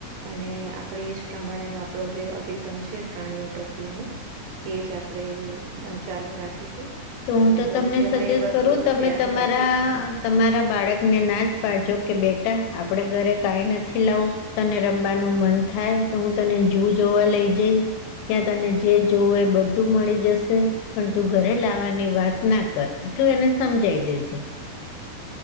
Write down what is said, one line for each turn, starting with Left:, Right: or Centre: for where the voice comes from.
Right: અને આપણેે એજ પ્રમાણેનો આપણો જે અભિગમ છે પ્રાણીઓ પ્રત્યેનો. એજ આપણેે ચાલુ રાખીશું.
Left: તો હું
Right: અને
Left: તો
Right: ભવિષ્યમાં
Left: તમને સજેસ્ટ
Right: એ વસ્તુનું
Left: કરું તમે
Right: ધ્યાન
Left: તમારા.
Right: રાખીશ
Left: તમારા બાળકને ના જ પાડજો કે બેટા આપણે ઘરે કાંઈ નથી લાવું. તને રમવાનું મન થાય તો હું તને જુ જોવા લઈ જઈશ. ત્યાં તને જે જોઈએ એ બધું મળી જશે પણ તું ઘરે લાવ વાની વાત ના કર એટલું એને સમજાઈ દેજો.